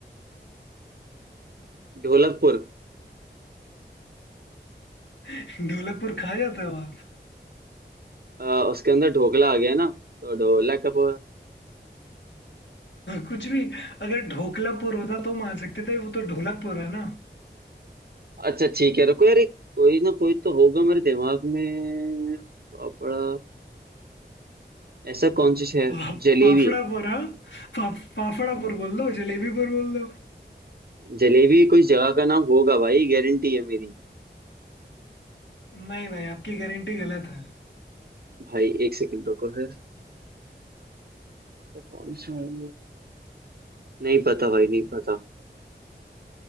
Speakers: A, on the right; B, on the left.
A: ढोलकपुर
B: <laughs> ढोलकपुर खा जाता हो आप
A: अ, उसके अंदर ढोकला आ गया ना तो ढोलक कब
B: कुछ भी अगर ढोकलापुर होता तो मान सकते थे वो तो ढोलकपुर है ना
A: अच्छा ठीक है रुको यार एक- कोई ना कोई तो होगा मेरे दिमाग में पापड़ा ऐसा कौन सा शहर
B: पा,
A: जलेबी
B: पाफड़ापुर हाँ पा, पाफड़ापुर बोल दो जलेबीपुर बोल दो
A: जलेबी कोई जगह का नाम होगा भाई गारंटी है मेरी
B: नहीं भाई आपकी गारंटी गलत है
A: भाई एक सेकंड रुको फिर ऐसा कौन सा हो? नहीं पता भाई नहीं पता